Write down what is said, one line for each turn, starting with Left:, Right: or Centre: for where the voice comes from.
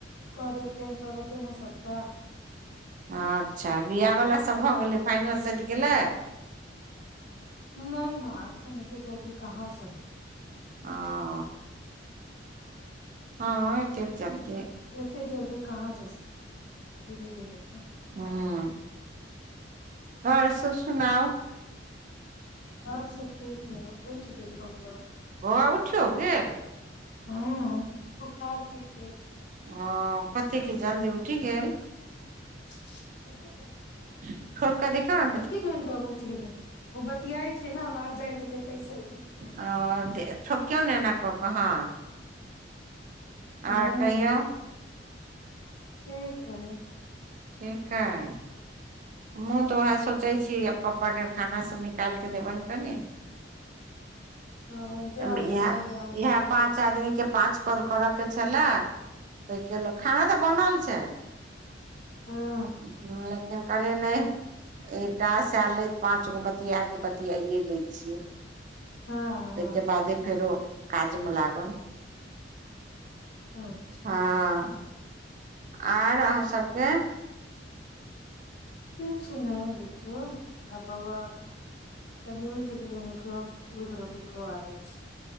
Left: कऽ देलकै हन सौरभ ने सबटा
Right: अच्छा बिआह वला सब भऽ गेलै फाइनल सेधी गेलै
Left: नहि मा एखन एते जल्दी कहाँ सधतै
Right: अ-अ हाँ हाँ एते जल्दी
Left: एते जल्दी कहाँ से सधतै धीरे धीरे न
Right: हूँ आओर सब सुनाउ
Left: आओर सब ठीक या उठि गेल बौआ
Right: बौआ उठियो गेल
Left: हाँ बुखार फेर तेज
Right: अ-कतेक जल्दी उठि गेल
Left: <unintelligible>
Right: <unintelligible> ठोकि कए देखियौ न
Left: एके घंटामे उठि गेलै ओ बतियाय छियै न आवाज जाइत हेतै तैसऽ उठि गेलै हन
Right: अ ठोकियौ ने एना कऽ कऽ हाँ
Left: हन
Right: आओर कहियौ
Left: ठीक हइ
Right: ठीकअइ हाँ तऽ उएह सोचै छी पप्पाके खाना सब निकाल कऽ देबनि कनि
Left: हँ जाउ
Right: इहा
Left: खा लिअ अहूँ
Right: इहा
Left: सब
Right: पाँच
Left: सब गोटे
Right: आदमीके पाँच कॉल करऽके छलाए तेहिके लऽ कऽ खाना तऽ बनल छै
Left: हँ
Right: <unintelligible> कहलियै नहि ए टास्क आएल अइ पाँच गो बतियाके बतियायै लै छियै
Left: हँ
Right: तैहिके बादे फेरो काजमे लागब
Left: हँ अच्छा
Right: हाँ आर अहाँ सभके
Left: किछ नहि देखियौ आ बौआ कनि उठ गेलै एकरो दूध रोटी खुआ दै छी